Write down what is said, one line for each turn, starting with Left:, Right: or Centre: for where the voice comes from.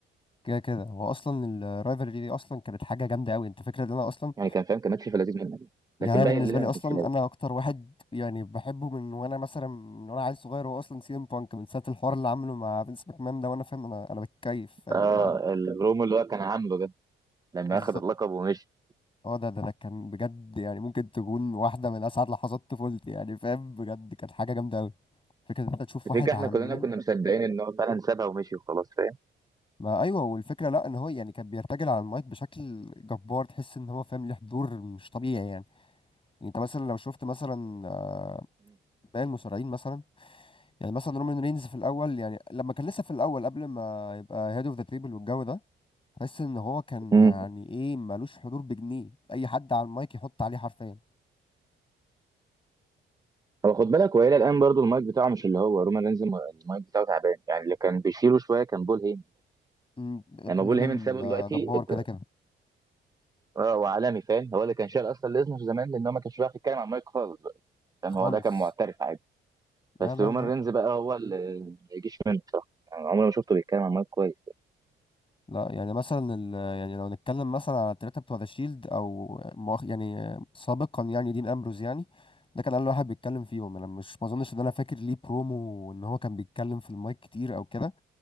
Left: كده كده هو اصلا الرايفلري دي اصلا كانت حاجه جامده قوي انت فاكر ان انا اصلا
Right: يعني كان فاهم كان ماتش في لذيذ منك
Left: يعني
Right: لكن
Left: انا بالنسبه
Right: باقي الليلة
Left: لي
Right: ما
Left: اصلا
Right: كانش لايق
Left: انا اكتر واحد يعني بحبه من وانا مثلا من وانا عيل صغير هو اصلا سي ام بانك من ساعه الحوار اللي عامله مع فينس ماكمان ده وانا فاهم انا انا بتكيف فاهم
Right: اه
Left: اللي هو انا
Right: البرومو <laughs> اللي هو كان عامله ده لما
Left: بالظبط
Right: أخد اللقب ومشي
Left: اه ده ده ده كان بجد يعني ممكن تكون واحده من اسعد لحظات طفولتي يعني فاهم بجد كانت حاجه جامده قوي فكرة إن انت تشوف
Right: الفكرة
Left: واحد عمال
Right: احنا كلنا كنا مصدقين ان هو فعلا سابها ومشي وخلاص فاهم؟
Left: ما ايوه والفكره لا ان هو يعني كان بيرتجل على المايك بشكل جبار تحس ان هو فاهم ليه حضور مش طبيعي يعني يعني انت مثلا لو شفت مثلا آه، باقي المصارعين مثلا يعني مثلا رومان رينز في الاول يعني لما كان لسه في الاول قبل ما يبقى هيد اوف ذا تريبل والجو ده تحس ان هو كان
Right: مم.
Left: يعني ايه مالوش حضور بجنيه اي حد على المايك يحط عليه حرفيا
Right: هو خد بالك وإلى الآن برضو المايك بتاعه مش اللي هو رومان رينز الم- المايك بتاعه تعبان يعني اللي كان بيشيله شوية كان بول هيمن
Left: مم، بول
Right: يعني لما بول
Left: هيمن
Right: هيمن سابه
Left: ده
Right: دلوقتي
Left: جبار
Right: ات-
Left: كده كده
Right: اه وعالمي فاهم هو اللي كان شايل أصلا ليزنر زمان لأن هو ما كانش بيعرف يتكلم على المايك خالص بقى فاهم
Left: خالص
Right: هو ده كان معترف عادي
Left: لا
Right: بس
Left: لا
Right: رومان
Left: لا
Right: رينز بقى هو اللي ما يجيش منه بصراحة يعني عمري ما شفته بيتكلم على المايك كويس
Left: لا يعني مثلا ال... يعني لو نتكلم مثلا على التلاتة بتوع ذا شيلد او مؤخ... يعني سابقا يعني دين امبروز يعني ده كان اول واحد بيتكلم فيهم انا مش ما اظنش ان انا فاكر ليه برومو ان هو كان بيتكلم في المايك كتير او كده